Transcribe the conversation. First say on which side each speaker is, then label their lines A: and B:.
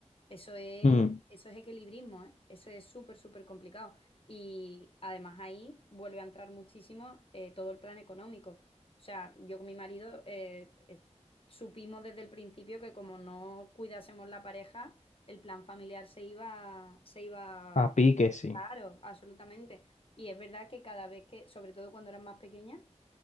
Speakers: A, on the left; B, on the left.
A: Eso es,
B: Mm,
A: eso es equilibrismo, ¿eh? Eso es súper, súper complicado. Y además ahí vuelve a entrar muchísimo eh, todo el plan económico. O sea, yo con mi marido eh, eh, supimos desde el principio que como no cuidásemos la pareja, el plan familiar se iba, se iba,
B: a pique, sí.
A: claro, absolutamente. Y es verdad que cada vez que, sobre todo cuando eran más pequeñas,